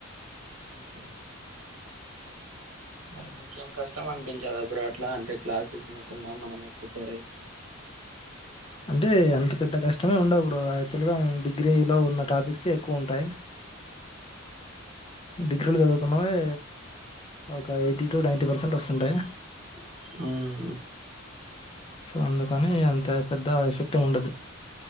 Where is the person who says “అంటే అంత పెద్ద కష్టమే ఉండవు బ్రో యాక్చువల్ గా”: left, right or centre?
Left